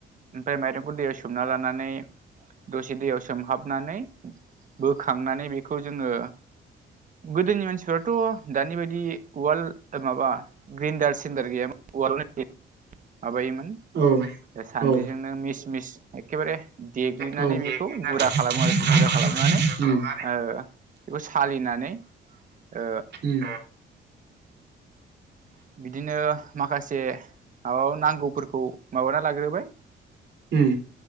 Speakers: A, on the right (about 40°); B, on the right (about 60°).
A: ओमफ्राय माइरंखौ दै सो सोमना लानानै दसे दैयाव सोमहाबनानै बोखांनानै बेखौ जोङो गोदोनि मानसिफोराथ' दानि बायदि उवाल माबा ग्रिन्डार सिडार गैयामोन उवाल <unintelligible> माबायोमोन
B: औ
A: सानद्रिजोंनो
B: औ
A: मिस मिस एकेबारे देग्लिनानै
B: औ देग्लिनानै
A: बेखौ गुरा
B: बेखौ
A: खालामो आरोखि गुरा
B: खालामो
A: खालामनानै
B: खालामनानै
A: ओ बेखौ सालिनानै ओ
B: उम
A: बिदिनो माखासे माबा नांगौफोरखौ माबाना लाग्रोबाय।
B: उम